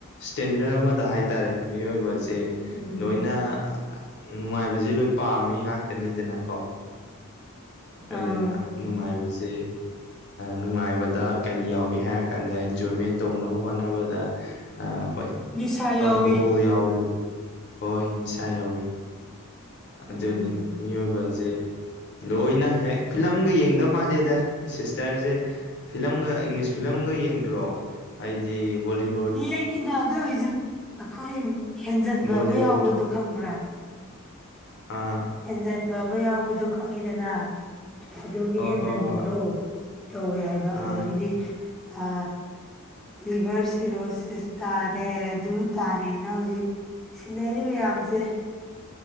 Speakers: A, on the left; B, in the centre.
A: ꯁꯇꯦꯟꯗꯔ ꯑꯃꯗ ꯍꯥꯏꯇꯥꯔꯦ ꯃꯤꯑꯣꯏꯕꯁꯦ
B: ꯎꯝ
A: ꯂꯣꯏꯅ ꯅꯨꯡꯉꯥꯏꯕꯁꯦ ꯂꯣꯏ ꯄꯥꯝꯃꯤ ꯉꯥꯛꯇꯅꯤꯗꯅꯀꯣ ꯑꯗꯨꯅ
B: ꯑꯥ
A: ꯅꯨꯡꯉꯥꯏꯕꯁꯦ ꯅꯨꯡꯉꯥꯏꯕꯗ ꯀꯔꯤ ꯌꯥꯎꯒꯦ ꯍꯥꯏꯔ ꯀꯥꯟꯗ ꯑꯦꯟꯖꯣꯏꯃꯦꯟ ꯇꯧꯅꯕ ꯍꯣꯠꯅꯕꯗ ꯍꯣꯏ
B: ꯅꯤꯁꯥ ꯌꯥꯎꯋꯤ
A: ꯑꯜꯀꯣꯍꯣꯜ ꯌꯥꯎꯋꯤ ꯍꯣꯏ ꯅꯤꯁꯥ ꯌꯥꯎꯋꯤ ꯑꯗꯨꯅꯤ
B: ꯎꯝ
A: ꯃꯤꯑꯣꯏꯕꯁꯦ ꯂꯣꯏꯅ ꯍꯦꯛ ꯐꯤꯂꯝꯒ ꯌꯦꯡꯗꯕ ꯃꯥꯜꯂꯦꯗ ꯁꯤꯁꯇꯔꯁꯦ ꯐꯤꯂꯝꯒ ꯏꯪꯂꯤꯁ ꯐꯤꯂꯝꯒ ꯌꯦꯡꯗ꯭ꯔꯣ ꯑꯩꯗꯤ ꯕꯣꯂꯤꯍꯨꯠ
B: ꯌꯦꯡꯉꯤꯗ ꯑꯗꯨ ꯑꯩꯁꯨ ꯑꯩꯈꯣꯏ ꯍꯦꯟꯖꯟꯕ
A: ꯕꯣꯂꯤꯋꯨꯠ
B: ꯑꯃ ꯌꯥꯎꯕꯗꯣ ꯈꯪꯕ꯭ꯔꯥ
A: ꯑꯥ
B: ꯍꯦꯟꯖꯟꯕ ꯑꯃ ꯌꯥꯎꯕꯗꯣ ꯈꯪꯉꯤꯗꯅ ꯑꯗꯨꯒꯤ
A: ꯍꯣꯏ
B: ꯍꯦꯟꯖꯟꯕꯗꯣ
A: ꯍꯣꯏ ꯍꯣꯏ
B: ꯇꯧꯋꯦ ꯍꯥꯏꯕ ꯑꯗꯨꯗꯒꯤꯗꯤ
A: ꯑꯥ
B: ꯑ ꯂꯤꯚꯔ ꯁꯤꯔꯣꯁꯤꯁ ꯇꯥꯔꯦ ꯑꯗꯨ ꯇꯥꯔꯦꯅ ꯍꯧꯖꯤꯛ ꯁꯤꯅꯔꯤ ꯃꯌꯥꯝꯁꯦ